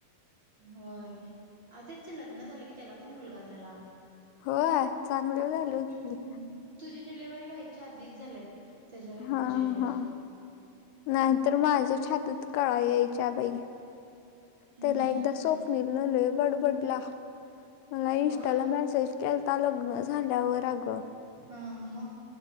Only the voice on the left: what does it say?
होय, चांगलं झालोयत की.
हा
हा नाहीतर माझ्या छातीत कळा यायच्या बाई
त्याला एकदा
स्वप्न नलय बडबडला मला इंस्टाला
मेसेज केलता लग्न झाल्यावर अग.